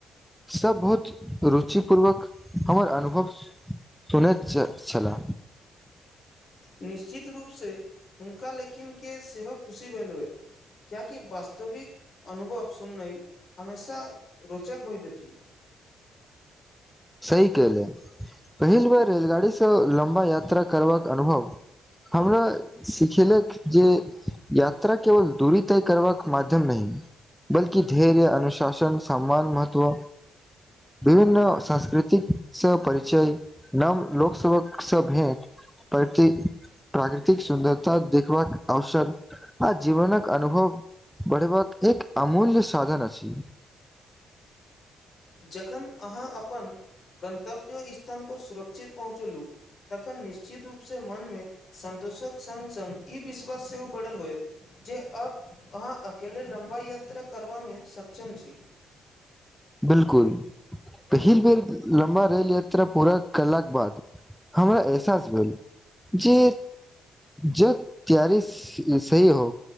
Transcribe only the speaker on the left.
निश्चित रूपसँ हुनका लेकनके सेहो खुशी भेल क्यकि वास्तविक अनुभव सुन नहि हमेशा रोच चक होइत अछी
जखन अहाँ अपन गन्तव्य स्थानपर सुरक्षित पहुँचेलहुँ तखन निश्चित रूपसँ मनमे सन्तोषक सङ्ग सङ्ग ई विश्वास सेहो बढ़ल होयत जे अब अहाँ अकेले लम्बा यात्रा करबामे सक्षम छी